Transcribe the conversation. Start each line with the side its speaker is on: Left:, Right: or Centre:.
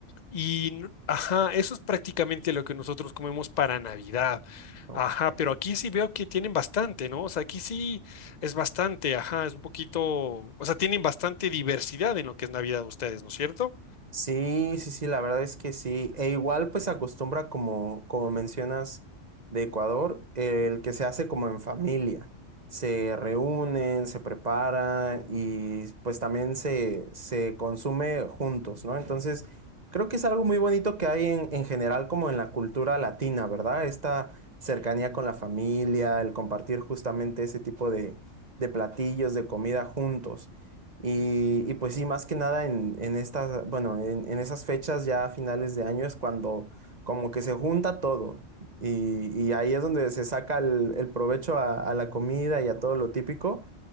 Left: y, n- ajá, eso es prácticamente lo que nosotros comemos para Navidad.
Right: Ok.
Left: Ajá, pero aquí sí veo que tienen bastante, ¿no? O sea, aquí sí es bastante, ajá, es un poquito, o sea, tienen bastante diversidad en lo que es Navidad ustedes, ¿no es cierto?
Right: Sí, sí, sí, la verdad es que sí. E igual pues se acostumbra como, como mencionas de Ecuador, el que se hace como en familia. Se reúnen, se prepara y pues también se, se consume juntos, ¿no? Entonces, creo que es algo muy bonito que hay en, en general como en la cultura latina, ¿verdad? Esta cercanía con la familia, el compartir justamente ese tipo de, de platillos, de comida juntos. Y, y pues sí, más que nada en, en estas, bueno, en, en esas fechas ya a finales de año es cuando como que se junta todo y, y ahí es donde se saca el, el provecho a, a la comida y a todo lo típico